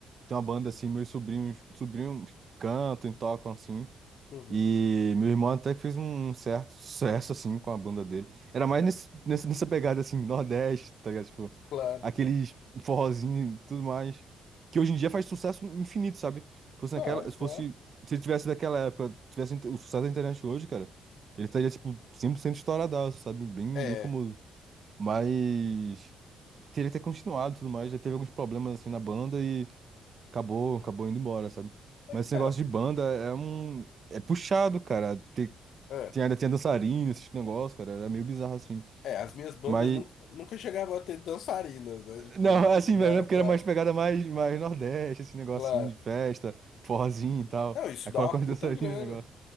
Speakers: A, on the right (about 45°); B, on the left (about 75°).
A: Tem uma banda assim, meus sobrinhos, sobrinhos cantam e tocam assim.
B: uhum,
A: E meu irmão até que fez um certo sucesso, assim, com a banda dele. Era mais nesse, nesse- nessa pegada, assim, Nordeste, tá ligado? Tipo,
B: claro.
A: aqueles forrozinho e tudo mais. Que hoje em dia faz sucesso infinito, sabe? Se fosse naquela,
B: Ah, é,
A: se
B: claro.
A: fosse, se ele tivesse daquela época, tivesse inte- o sucesso da internet hoje, cara, ele estaria, tipo, 100% estouradaço, sabe? Bem,
B: É,
A: bem famoso. Mas teria que ter continuado e tudo mais. Já teve alguns problemas, assim, na banda acabou, acabou indo embora, sabe?
B: é
A: Mas
B: que, cara.
A: esse negócio de banda é um. É puxado, cara. Tem,
B: é
A: tem, ainda tinha dançarina, esses negócios, cara. Era meio bizarro assim.
B: É, as minhas bandas
A: Mas.
B: nunca, nunca chegavam a ter dançarinas, né? Tipo,
A: Não,
B: não
A: <laughs> assim,
B: não
A: mas
B: era
A: é porque
B: tão.
A: era mais pegada mais, mais Nordeste, esse negocinho
B: Claro.
A: de festa, forrozinho e tal.
B: Não, isso
A: Aí
B: dá
A: coloca
B: uma
A: umas
B: puta
A: dançarinas
B: grana.
A: <laughs> no negócio.